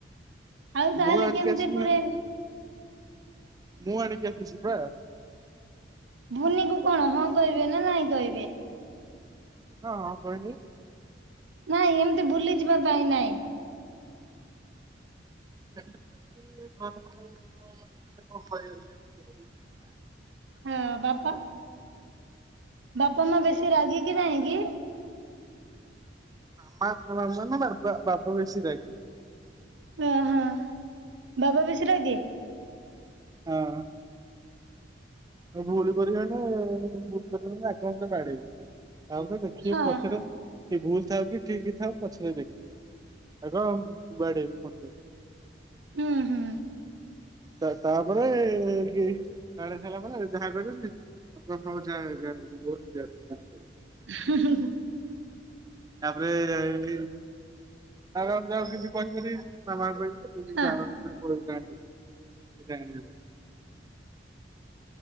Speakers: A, on the right (about 75°); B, on the right (about 20°).
A: ଆଉ ତାହେଲେ
B: ମୁଁ ଆଣିକି
A: କେମିତି
B: ଆସିଲି
A: ପୁରେଇବେ?
B: ମୁୂ ଆଣିକି ଆସିଛିପା।
A: ଭୂନି କୁ କଣ ହଁ କହିବେ ନା ନାହିଁ କହିବେ।
B: ହଁଁ କହିଲି।
A: ନାଇଁ ଏମିତି ବୁଲିଯିବା ପାଇଁ ନାଇଁ।
B: <unintelligible>
A: ହଁ ବାପା ବାପା ମା ବେଶୀ ରାଗୀ କି ନାହିଁ କି?
B: ମାମା ମାମା ନା ବାପ ବାବା ବେଶୀ ରାଗି।
A: ଓଁ ହଁ। ବାବା ବେଶି ରାଗି?
B: ହଁ। ଭୁଲ କରିବାନି ଭୁଲ କରିବନି ଆଗେ ଆଇଲେ ବାଡେଇବି ଆଉ କାଇଁ କହିବି। <unintelligible> <inaudible> କିଏ
A: ହଁ
B: ପଛରେ
A: ହଁ
B: ଭୁଲ ଥାଉ କି ଠିକ୍ ଥାଉ ପଛରେ ଦେଖିବି ଆଗ ବାଡେଇବେ ମତେ।
A: ହୁଁ ହୁଁ
B: ତା-ତାପରେ କି ବାଡେଇସାଇଲା ପରେ ଯାହା କହିବେ <inaudible> <unintelligible> <inaudible>
A: ହୁଁ ହୁଁ ହୁଁ।
B: ତାପରେ ତାପରେ ଆଉ <unintelligible> କିଛି କହିପାରିବେନି
A: ହଁ
B: <unintelligible> <unintelligible> <inaudible>